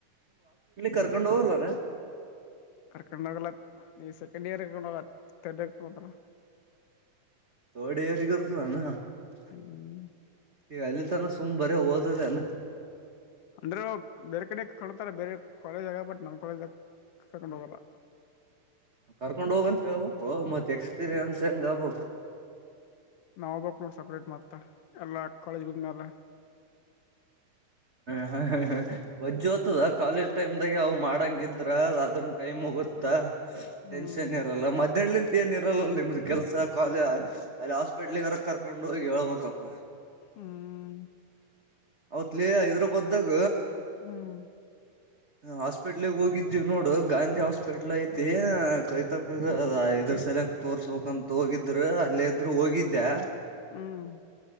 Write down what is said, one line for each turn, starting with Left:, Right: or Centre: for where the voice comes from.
Right: ಕರ್ಕೊಂಡು ಹೋಗಲ್ಲ ನ
Left: ಕರ್ಕೊಂಡಾಗಲ್ಲ ಈ ಸೆಕೆಂಡ್ ಇಯರ್ ಹಕೊಂಡ ತರ್ ಮಾತ್ರ
Right: ೋಡೆ ಯಾರಿ ಗತಾನ <unintelligible>
Left: ಹ್ಮ್
Right: ಈಗ ಅಲ್ಲಿ ತಾನ ಸುಮ್ ಬರ ಓದದ ಅನ
Left: ಅಂದ್ರೆ ಬೇರೆ ಕಡೆ ಕಾಣತಾರ ಬೇರೆ ಕಾಲೇಜಗ ಬಟ್ ನಮ್ಮ್ ಕಾಲೇಜಾಗ ಸಕಂಡವಳ
Right: ಕರ್ಕೊಂಡ್ ಹೋಗಂತ ಹಬಕ್ು ಮತ್ ಎಕ್ಸ್ಪೀರಿಯನ್ಸ್ ಹೆಂಗ ಆಬಕ್
Left: ನಾವಬಕ್ ನೋಡ ಸಪ್ರೇಟ್ ಮತ್ತ ಎಲ್ಲಾ ಕಾಲೇಜ್ ಬದ್ಮ್ಯಾಲ
Right: ಹ ವಜ್ಜ್ ಹತದ ಕಾಲೇಜ್ ಟೈಮ್ ದಾಗೆ ಅವ್ ಮಾಡಂಗಿದ್ರ ಅದನ್ ಟೈಮು ಗುತ್ತಾ
Left: ಹ್ಮ್
Right: ಟೆನ್ಷನ್ ಇರಲ್ಲ ಮಧ್ಯಾಹ್ಲಿಂತ ಏನ್ ಇರಲ್ಲಲ್ಲ ನಿಮ್ದು ಕೆಲ್ಸ ಕಾಲೇಜ ಅಲ್ಲಿ ಹಾಸ್ಪಿಟ್ಲ್ಗೆರ ಕರ್ಕೊಂಡು ಹೋಗಿ ಹೇಳ್ಬಬೇಕಪ್ಪಾ
Left: ಹ್ಮ್
Right: ಅವತ್ಲಿ ಹೈದ್ರಾಬಾದ್ದಾಗ
Left: ಹ್ಮ್
Right: ಹಾಸ್ಪಿಟ್ಲ್ಗ್ ಹೋಗಿದೀವಿ ನೋಡು ಗಾಂಧಿ ಹಾಸ್ಪಿಟ್ಲ್ ಐತಿ ಕೈತಕ ಇದ್ರ ಸಲಯಕ್ ತೋರ್ಸ್ಬೇಕಕ್ಂತ ಹೋಗಿದ್ರು ಅಲ್ಲೇ ಇದ್ರು ಹೋಗಿದ್ದೆ
Left: ಹ್ಮ್